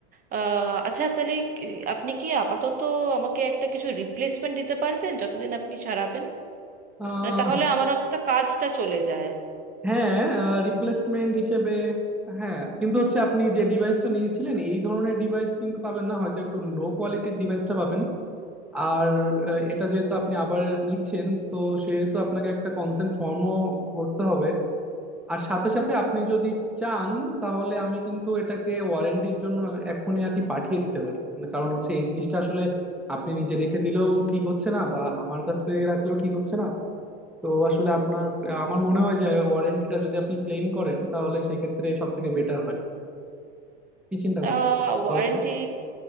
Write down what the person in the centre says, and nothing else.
আহ
হ্যাঁ রিপ্লেসমেন্ট হিসেবে হ্যাঁ কিন্তু হচ্ছে আপনি যে ডিভাইসটা নিয়েছিলেন এই ধরনের ডিভাইস কিন্তু পাবেন না হয়তো একটু লো কোয়ালিটির ডিভাইসটা পাবেন আর আহ, এটা যেহেতু আপনি আবার নিচ্ছেন তো সেহেতু আপনাকে একটা কনসেন্ট ফর্মও ভরতে হবে আর সাথে সাথে আপনি যদি চান তাহলে আমি কিন্তু এটাকে ওয়ারেন্টির জন্য এখনই আর কি পাঠিয়ে দিতে পারি কারণ হচ্ছে এই জিনিসটা আসলে আপনি নিজে রেখে দিলেও ঠিক হচ্ছে না বা আমার কাছে রাখলেও ঠিক হচ্ছে না তো আসলে আপনার আমার মনে হয় যে ওয়ারেন্টিটা যদি আপনি ক্লেম করেন তাহলে সেক্ষেত্রে সব থেকে বেটার হয় কি চিন্তা
করছেন
বলেন তো